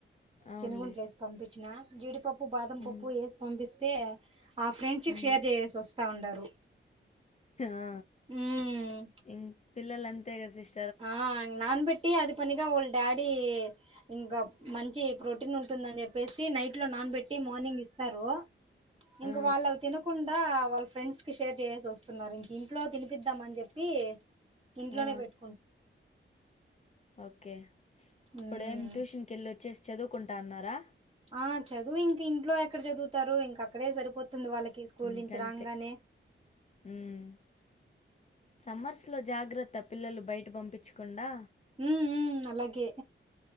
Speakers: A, on the left; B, on the right.
A: అవునులే
B: చన్నగుంట్లే పంపించిన జీడిపప్పు బాదం
A: మ్మ్
B: పప్పు ఏసి పంపిస్తే ఆ ఫ్రెండ్స్కి
A: మ్మ్
B: షేర్ చేసేసి వస్ వస్తా ఉండారు
A: ఆ
B: మ్మ్
A: ఇం పిల్లలంతే కదా సిస్
B: ఆ నాన్ బెట్టి అదే పనిగా వాళ్ళ డాడీ ఇంకా మంచి ప్రోటీన్ ఉంటుందని చెప్పేసి నైట్ లో నానబెట్టి మార్నింగ్ ఇస్తారు ఇంక
A: ఆ
B: వాళ్ళవి తినకుం వాళ్ళ ఫ్రెండ్స్ కి షేర్ చేయేసి వస్తున్నారు ఇంక ఇంట్లో తినిపిద్దాం అని చెప్పి ఇంట్లోనే
A: ఆ
B: పెట్
A: ఓకే ఇప్పుడు
B: మ్మ్
A: ఏం ట్యూషన్కి వెళ్ళి వచ్చేసి చదువుకుంటాన్నారా
B: ఆ చదువు ఇంక ఇంట్లో ఎక్కడ చదువుతారు ఇంక అక్కడే సరిపోత తుంది వాళ్ళకి స్కూల్
A: ఇంకంతే
B: నుంచి రాగానే
A: మ్మ్ సమ్మర్స్లో జాగ్రత్త పిల్లలు బయట పంపించకుండా
B: మ్ మ్ అలాగే